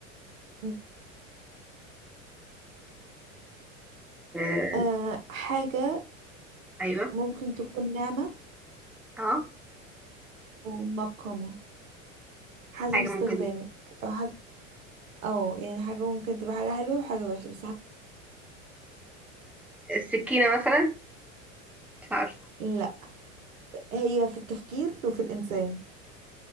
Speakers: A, on the right (about 75°); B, in the centre.
A: ماشي.
B: آه،
A: آه حاجة
B: ايوه
A: ممكن تكون ناعمة
B: اه
A: أو منقمة حسب
B: حاجة
A: استخدامك
B: ممكن
A: أو حسب أو يعني حاجة ممكن تبقى حاجة حلوة وحاجة وحشة بس ح-
B: السكينة مثلا مش عارفة
A: لا هي في التفكير وفي الإنسان